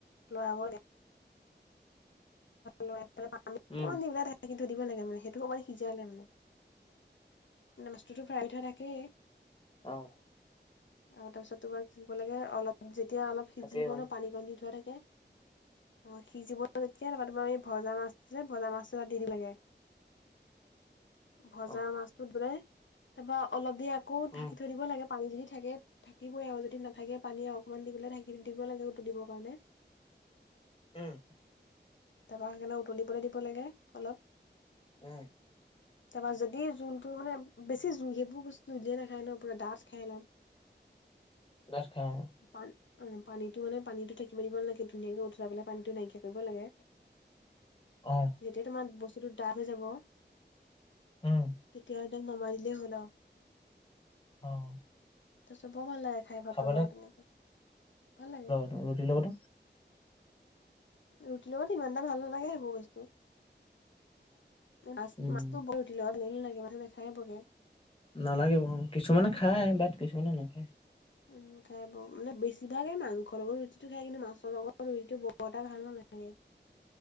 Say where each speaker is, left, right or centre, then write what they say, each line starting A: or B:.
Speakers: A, on the left (about 90°); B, on the left (about 30°).
A: লৰাব লৰাই পেলাই পানী অকনমান
B: উম,
A: দি পেলাই ঢাকি দিব লাগে। এ কিন্তু দিব লাগে মানে সেইটো অকণমান সিজালে মানে মে মাছটো টো ফ্ৰাই কৰি থোৱা থাকেই।
B: অ'।
A: আৰু তাৰপিছত তোমাৰ দিব লাগে অলপ যেতিয়া অলপ সিজিব
B: তাকেই অ',
A: ন পানী কণ দি থোৱা থাকে। অ', সিজিব যেতিয়া তাৰপা তোমাৰ ভজা মাছটো যে ভজা মাছটো তাত দি দিব লাগে। ভজা
B: অ',
A: মাছতো দি পেলাই তাৰপৰা অলপ দেৰি আকৌ
B: উম,
A: ঢাকি থৈ দিব লাগে। পানী যদি থাকে থাকিবই আৰু যদি নাথাকে পানী অকনমান দি পেলাই ঢাকি দিব লাগে উতলিব কাৰণে।
B: উম।
A: তাৰপৰা সেইকাৰণে উতলিবলৈ দিব লাগে অলপ।
B: উম।
A: তাৰপা যদি জোলটো মানে বেছি জোল সেইবোৰ বস্তু দিয়ে নাখায় ন পুৰা দাঁঠ খাই অলপ।
B: দাঁঠ খাই অ'।
A: পান অ পানীটো মানে পানীটো থাকিব দিব নালাগে ধুনীয়াকে উতলাই পেলাই পানীটো নাইকিয়া কৰিব লাগে।
B: অ'।
A: যেতিয়া তোমাৰ বস্তুতো ডাঠ হৈ যাব।
B: ওম।
A: তেতিয়া একদম নমাই দিলে হ'ল আৰু।
B: অ'।
A: তাৰ পিছত বৰ ভাল লাগে খাই ভাতৰ
B: খাব
A: লগত এনেকুৱা, ভাল লাগে।
B: উম ৰুটি লগতো।
A: ৰুটি লগত সিমান এটা ভাল নালাগে সেইবোৰ বস্তু। মাছ
B: উম
A: মাছটো বৰ ৰুটি লগত ভাল নালাগে মানুহে নেখায়ে বৰকে।
B: নালাগে বাৰু উম, কিছুমানে খাই বাট কিছুমানে নেখায়।
A: উম। খাই ব, মানে বেছিভাগে মাংসৰ লগত ৰুটিটো খাই, কিন্তু মাছৰ লগত ৰুটিটো বৰ এটা ভাল নালাগে।